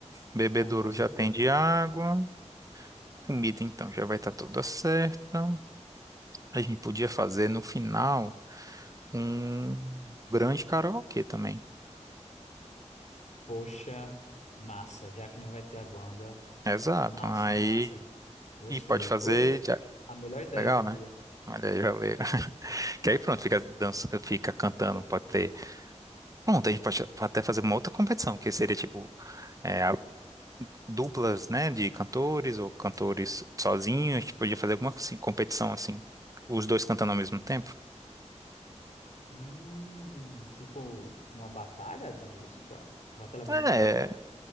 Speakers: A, on the right; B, on the left.
A: bebedouro
B: Ah, com certeza.
A: já tem de água. Comida, então, já vai estar toda certa. A gente podia fazer no final um grande karaokê também.
B: Poxa, massa, já que não vai ter a banda.
A: Exato.
B: Massa,
A: Aí,
B: massa. Gostei.
A: e pode fazer.
B: Poxa,
A: já-
B: a melhor ideia
A: Legal,
B: do dia.
A: né? Olha aí, valeu. <laughs> Que aí pronto, fica, dança, fica cantando, pode ter. Pronto, a gente pode até fazer uma outra competição, que seria tipo é, a- duplas, né, de cantores ou cantores sozinhos. A gente podia fazer alguma assim, competição assim, os dois cantando ao mesmo tempo.
B: Hum, tipo uma batalha de música? Batalha musical?
A: É,